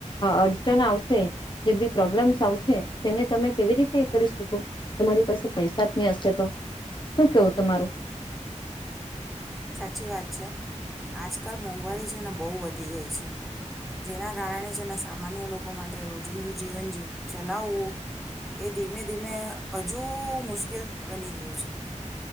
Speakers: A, on the left (about 40°); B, in the centre.
A: અડચણ આવશે જે બધી પ્રોબ્લેમ્સ આવશે તેને તમે કેવી રીતે કરી શકો તમારી પાસે પૈસા જ નહી હશે તો શું કેવું તમારું.
B: સાચી વાત છે આજકાલ મોંઘવારી છે ને બહુ વધી ગઈ છે જેના કારણે છે ને સામાન્ય લોકો માટે રોજિંદુ જીવન જીવ ચલાવવું એ ધીમે ધીમે હજુ મુશ્કેલ બની ગયું છે